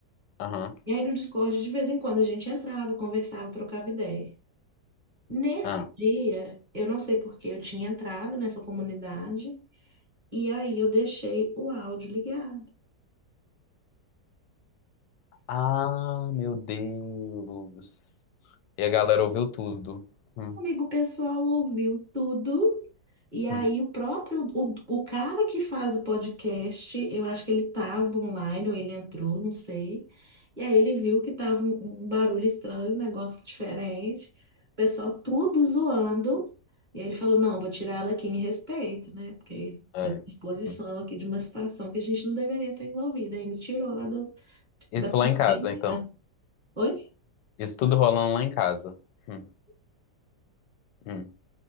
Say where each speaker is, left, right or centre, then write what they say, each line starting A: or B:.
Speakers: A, on the left (about 80°); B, on the right (about 30°).
A: Aham.
B: E aí no Discord, de vez em quando, a gente entrava, conversava, trocava ideia. Nesse
A: Ah.
B: dia, eu não sei por que eu tinha entrado nessa comunidade, e aí eu deixei o áudio ligado.
A: Ah, meu Deus. E a galera ouviu tudo. Hum,
B: Amigo, o pessoal ouviu tudo. E aí,
A: hum,
B: o próprio, o, o cara que faz o podcast, eu acho que ele estava online ou ele entrou, não sei. E aí, ele viu que estava um, um barulho estranho, um negócio diferente. O pessoal tudo zoando. E aí, ele falou: Não, vou tirar ela aqui em respeito, né? Porque
A: é.
B: tem exposição
A: Hum.
B: aqui de uma situação que a gente não deveria estar envolvida. Aí, me tirou lá do,
A: Isso
B: da conversa.
A: lá em casa, então.
B: Oi?
A: Isso tudo rolando lá em casa. Hum, hum.